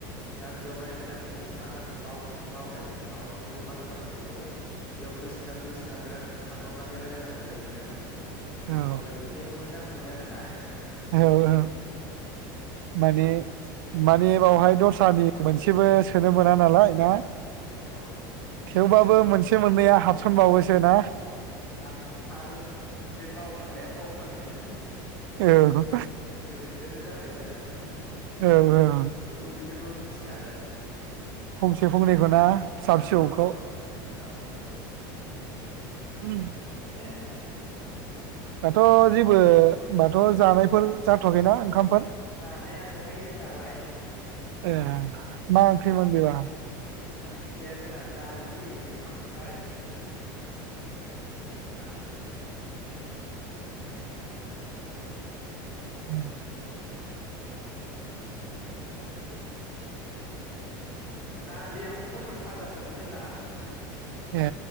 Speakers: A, on the left; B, on the right.
A: दा बेयाव रायजलायनानै एसे माखासे बावसिन बा मावनाय माबाफोरखौबो बाथ्राफोरखौबो बेयाव गोसोखां गोसोखां बिराद हानहरनानै रायलायनांगौ जायो आरो ना।
B: औ
A: बेवहाय एसे मोजां मोजां मोनो आरो ना।
B: औ औ माने माने बावहाय दस्रानि मोनसेबो सोनो मोना ना नालाय
A: औ
B: ना
A: औ औ
B: थेवबाबो मोनसे मोननैया हाब सानबावोसो ना
A: हाबसै हाबो बे बावफ्लांनायाव बावफ्लांनाय
B: औ
A: गोरोन्थियाथ' जाखायो नालाय।
B: औ औ
A: बेखौ बिसोरबो मिथि थागोन
B: फंसे फंनैखौ ना फिसा
A: औ
B: फिसौखौ
A: औ औ
B: उम
A: <unintelligible>
B: दाथ' जेबो होमबाथ' जानायफोर जा थ'आखैना ओंखामफोर
A: जानाया दहायनो जाबाय
B: ए मा आख्रि मोन बेबा
A: ओंख्रिया जोंना दालि ओमफ्राय <inaudible>
B: औ
A: दालि ओमफ्राय फटल फाजासोमोन जोंना
B: ए